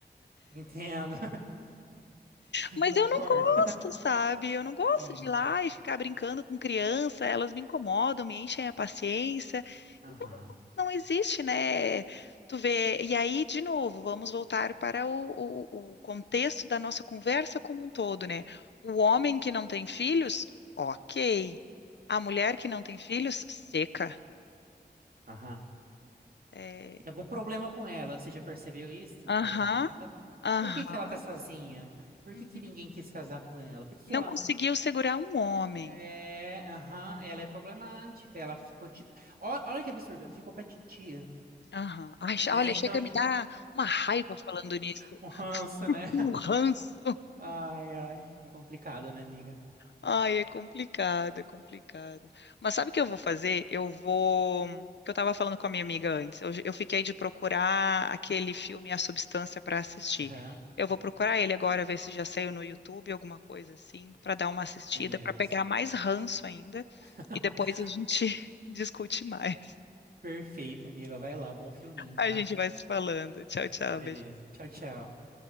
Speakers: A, on the right; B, on the left.
A: Entendo.
B: Mas
A: <laughs> Concordo.
B: eu não gosto, sabe? Eu não gosto
A: Sim.
B: de ir lá e ficar brincando com criança, elas me incomodam, me enchem a paciência.
A: Aham.
B: Então, não existe, né? Tu vê. E aí, de novo, vamos voltar para o, o, o contexto da nossa conversa como um todo, né? O homem que não tem filhos, ok. A mulher que não tem filhos, seca.
A: Aham.
B: É,
A: Tem algum problema com ela? Você já percebeu isso?
B: Aham,
A: Algum problema?
B: aham.
A: Por que que ela tá sozinha? Por
B: uhum.
A: que que ninguém quis casar com ela? Por que que
B: Não
A: ela.
B: conseguiu segurar um homem.
A: É, aham, ela é problemática. Ela ficou tipo. Ó- Olha que absurdo, ficou pra titia,
B: Aham. Ai, che-
A: né?
B: olha, chega
A: Então a
B: a
A: gente.
B: me dar uma raiva falando nisso.
A: Um ranço, né? <laughs>
B: Um ranço.
A: Ai, ai. É complicado, né, amiga?
B: Ai, é complicado, é complicado. Mas sabe o que eu vou fazer? Eu vou. Que eu estava falando com a minha amiga antes. Eu, eu fiquei de procurar aquele filme A Substância para assistir.
A: Aham,
B: Eu vou procurar ele agora, ver se já saiu no YouTube, alguma coisa assim, para dar uma assistida,
A: beleza.
B: para pegar mais ranço ainda.
A: <laughs>
B: E depois a gente <laughs> discute mais.
A: Perfeito, amiga. Vai lá, bom filminho,
B: A
A: tá?
B: gente vai se falando. Tchau, tchau.
A: Beleza.
B: Beijo.
A: Tchau, tchau.